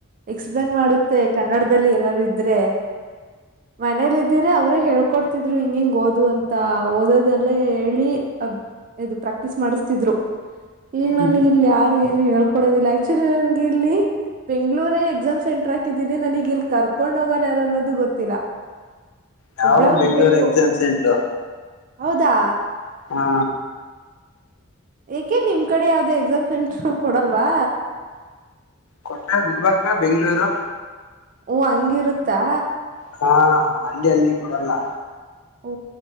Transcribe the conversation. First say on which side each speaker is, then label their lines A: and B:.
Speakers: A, on the right; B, on the left.
A: ಎಕ್ಸ್ ಪ್ಲೇನ್ ಮಾಡುತ್ತೆ ಕನ್ನಡದಲ್ಲಿ ಏನಾದರು ಇದ್ರೆ. ಮನೇಲ್ಲಿ ಇದಿದ್ದೀರ ಅವ್ರೇ ಹೇಳ್ಕೊಡ್ತಿದ್ರು ಹಿಂಗ ಹಿಂಗ್ ಓದು ಅಂತ ಓದೊದೆಲ್ಲಾ ಹೇಳಿ ಅಬ್ ಇದು ಪ್ರಾಕ್ಟೀಸ್ ಮಾಡಿಸ್ತಿದ್ರು ಈಗ
B: ಹ್ಮ್
A: ನನಗ ಇಲ್ಲಿ ಯಾರು ಏನು ಹೇಳಿ ಕೊಡೋದಿಲ್ಲ ಆಕ್ಚುರಿ ನನ್ಗೆ ಇಲ್ಲಿ ಬೆಂಗಳೂರ ಎಕ್ಸಾಮ್ ಸೆಂಟರ್ ಹಾಕಿದೀನಿ ನನಗ ಇಲಿ ಕರ್ಕೊಂಡ ಹೋಗಾರ ಯಾರು ಅನ್ನೋದು ಗೊತ್ತಿಲ್ಲ. <inaudible>
B: ನಾವು
A: ಹೋಗ್ಬೇಕು
B: ಬೆಂಗಳೂರು ಎಕ್ಸಾಮ ಸೆಂಟರು.
A: ಹೌದಾ
B: ಹಾ
A: ಏಕೆ ನಿಮ್ಮ ಕಡೆ ಯಾವ್ದೋ ಎಕ್ಸಾಮ ಸೆಂಟರ್ ಕೊಡಲ್ವಾ.
B: ಕೋಟ್ಟಾರ ಗುಲ್ಬರ್ಗ, ಬೆಂಗಳೂರು.
A: ಓ ಹಂಗಿರುತ್ತಾ.
B: ಹಾ ಅಲ್ಲಿ ಅಲ್ಲಿ ಕೊಡಲ್ಲಾ.
A: ಓ